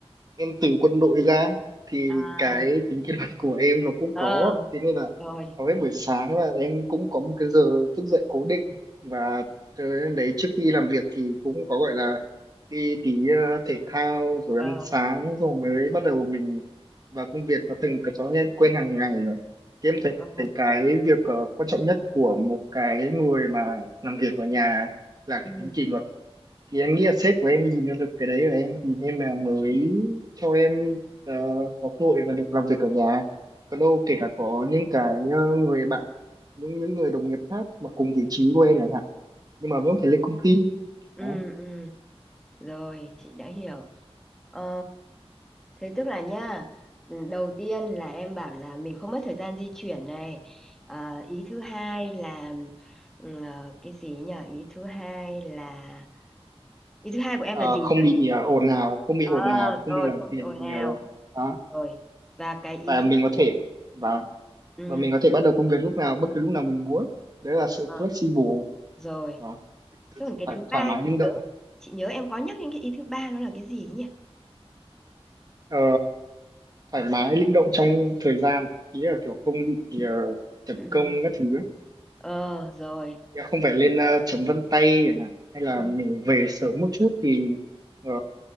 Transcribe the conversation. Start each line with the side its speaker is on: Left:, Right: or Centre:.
Right: em từ quân đội ra thì
Centre: à
Right: cái tính kỷ luật của em nó cũng
Centre: ờ
Right: có thế nên là
Centre: rồi
Right: hầu hết buổi sáng là em cũng có một cái giờ thức dậy cố định và tới đấy trước khi làm việc thì cũng có gọi là đi tí ờ, thể thao rồi
Centre: ờ
Right: ăn sáng rồi mới bắt đầu mình vào công việc nó thành cái thói quen quen hàng ngày rồi thì em thấy
Centre: ờ
Right: cái việc ờ, quan trọng nhất của một cái người mà làm việc ở nhà là
Centre: ừ
Right: cái tính kỷ luật thì em nghĩ là sếp của em nhìn ra được cái đấy rồi em thì nên là mới cho em ờ, có cơ hội và được làm việc ở nhà còn đâu kể cả có những cái ờ, người bạn những những người đồng nghiệp khác mà cùng vị trí của em chẳng hạn nhưng mà vẫn phải lên công ty
Centre: ừ,
Right: đó
Centre: ừ. rồi chị đã hiểu Ờ, thế tức là nha, đầu tiên là em bảo là mình không mất thời gian di chuyển này. Ờ, ý thứ hai là ừ, ờ, cái gì nhỉ? Ý thứ hai là ý thứ hai của em
Right: Ờ,
Centre: là gì
Right: không
Centre: nhỉ?
Right: bị ờ, ồn ào không bị
Centre: Ờ,
Right: ồn ào và
Centre: rồi
Right: không bị làm
Centre: không
Right: phiền
Centre: bị ồn ào
Right: nhiều đó
Centre: rồi. Và cái ý
Right: và mình
Centre: thứ
Right: có thể và
Centre: ừ,
Right: và mình có thể bắt đầu công việc lúc nào bất cứ lúc nào mình muốn đấy là sự
Centre: ờ,
Right: flexible
Centre: rồi.
Right: và
Centre: Thế còn cái
Right: thoải,
Centre: thứ
Right: thoải
Centre: ba
Right: mái linh
Centre: chị
Right: động
Centre: nhớ chị nhớ em có nhắc đến cái ý thứ ba nó là cái gì ấy nhỉ?
Right: Ờ, thoải mái linh động trong thời gian ý là kiểu không bị ờ, tập
Centre: Ừ.
Right: công các thứ ấy.
Centre: Ờ rồi.
Right: Ý là không phải lên ờ, chấm vân tay chẳng hạn. hay là
Centre: Ừ.
Right: mình về sớm một chút thì ờ,